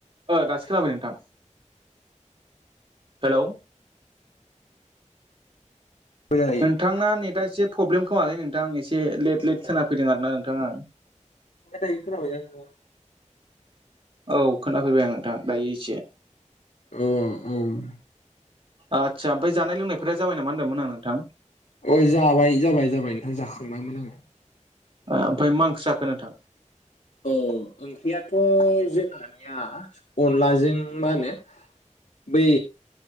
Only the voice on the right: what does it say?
दासो खोनाबाय नोंथां हेलौ
नोंथांना नेटआ एसे प्रब्लम खोमालै नोंथां एसे लेट लेट खोना फैदों आर ना नोंथाङा
औ खोनाफैबाय आं नोंथां दायो एसे
आदसा ओमफ्राय जानाय लोंनायफोरा जाबाय नामा होनदोंमोन आं नोंथां?
ओमफ्राय मांखो जाखो नोंथां